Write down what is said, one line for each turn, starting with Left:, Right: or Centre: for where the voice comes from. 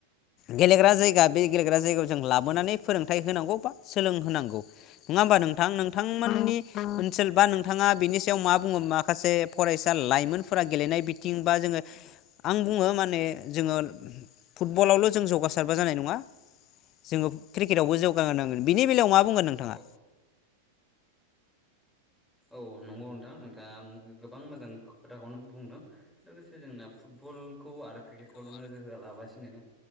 Left: गेलेग्रा जायगा बे गेलेग्रा जायगायाव जों लाबोनानै फोरोंथाइ होनांगौ बा सोलोंहोनांगौ नङा होमबा नोंथां नोंथांमोननि ओनसोल बा नोंथाङा बिनि सायाव मा बुङो माखासे फरायसा लाइमोनफोरा गेलेनाय बिथिं बा जोङो आं बुङो माने जोङो फुटबलावल' जों जौगासारबा जानाय नङा जोङो क्रिकेटआवबो जौगाहोनांगोन बिनि बेलायाव मा बुंगोन नोंथाङा?
Centre: औ औ नंगौ नोंथां नोंथाङा गोबां मोजां खोथाखौनो बुंदों लोगोसे जोंना फुटबल खौ आरो क्रिकेटखौल' नोजोर होआलाबासिनो